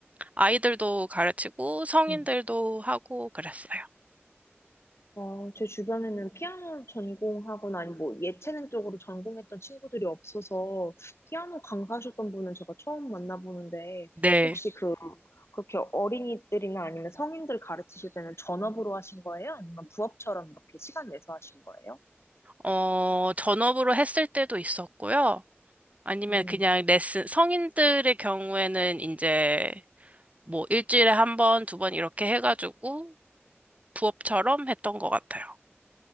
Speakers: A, on the right; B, on the left.
A: 아이들도 가르치고 성인들도
B: 음.
A: 하고 그랬어요.
B: 어, 제 주변에는 피아노 전공하거나 아니 뭐 예체능 쪽으로 전공했던 친구들이 없어서 피아노 강사하셨던 분은 제가 처음 만나보는데
A: 네.
B: 혹시 그 그렇게 어린이들이나 아니면 성인들 가르치실 때는 전업으로 하신 거예요? 아니면 부업처럼 이렇게 시간 내서 하신 거예요?
A: 어, 전업으로 했을 때도 있었고요. 아니면
B: 음.
A: 그냥 레슨, 성인들의 경우에는 이제 뭐 일주일에 한 번, 두 번 이렇게 해가지고 부업처럼 했던 것 같아요.